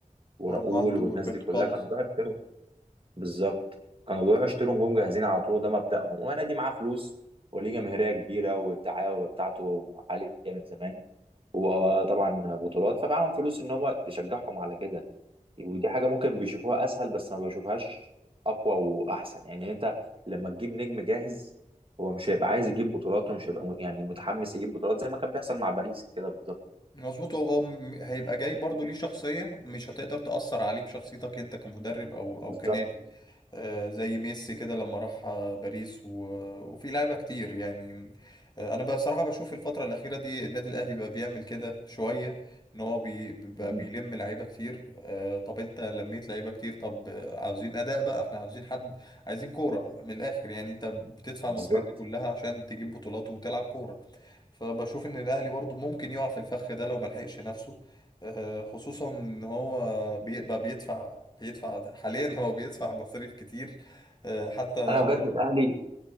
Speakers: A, on the right; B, on the left.
A: وراؤول
B: ورونالدو
A: والناس
B: وروبرتو
A: دي كلها
B: كارلوس
A: كانوا بقى بالظبط كانوا بيروحوا يشتروا نجوم جاهزين على طول وده مبدأهم ونادي معاه فلوس وليه جماهيرية كبيرة والدعاية بتاعته عالية من زمان وطبعا بطولات فمعاهم فلوس ان هم تشجعهم على كده ودي حاجة ممكن بيشوفوها اسهل بس ما بيشوفهاش اقوى واحسن يعني انت لما تجيب نجم جاهز هو مش هيبقى عايز يجيب بطولات ومش هيبقى م- يعني متحمس يجيب بطولات زي ما كان بيحصل مع باريس كده بالظبط
B: مظبوط هو هو م- هيبقى جاي برضو ليه شخصية مش هتقدر تأثر عليه بشخصيتك انت كمدرب او
A: بالظبط
B: او كنادي آه زي ميسي كده لما راح آه، باريس و... وفي لعيبة كتير يعني آه انا بصراحة بشوف الفترة الأخيرة دي النادي الأهلي بقى بيعمل كده شوية ان هو بي... بقى
A: مم.
B: بيلم لعيبة كتير آه طب انت لميت لعيبة كتير طب آه، عاوزين أداء بقى احنا عاوزين حد عايزين كورة من الآخر يعني انت بتدفع
A: بالظبط
B: المصاريف دي كلها عشان تجيب بطولات وتلعب كورة فبشوف ان الاهلي برضو ممكن يقع في الفخ ده لو ملحقش نفسه آه، خصوصا ان هو بي- بقى بيدفع بيدفع ده. حاليا <laughs> هو بيدفع مصاريف كتير آه، حتى
A: انا بجد الاهلي